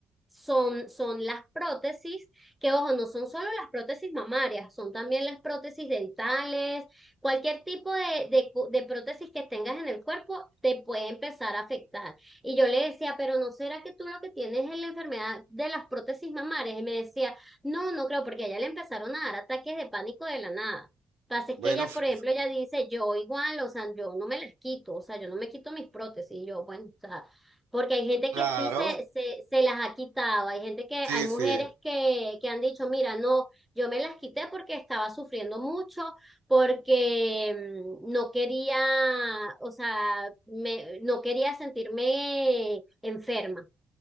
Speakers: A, in the centre; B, on the right.
A: son, son las prótesis, que ojo, no son solo las prótesis mamarias, son también las prótesis dentales, cualquier tipo de, de, de prótesis que tengas en el cuerpo te puede empezar a afectar. Y yo le decía, pero ¿no será que tú lo que tienes es la enfermedad de las prótesis mamarias? Y me decía, no, no creo, porque a ella le empezaron a dar ataques de pánico de la nada. Pasa es
B: Bueno,
A: que ella,
B: f-
A: por ejemplo, ella dice, yo igual, o sea, yo no me las quito, o sea, yo no me quito mis prótesis, y yo, bueno, o sea, porque hay gente
B: claro,
A: que sí se, se, se las ha quitado, hay gente que, hay
B: sí,
A: mujeres
B: sí.
A: que, que han dicho, mira, no, yo me las quité porque estaba sufriendo mucho, porque mm, no quería, o sea, me, no quería sentirme enferma.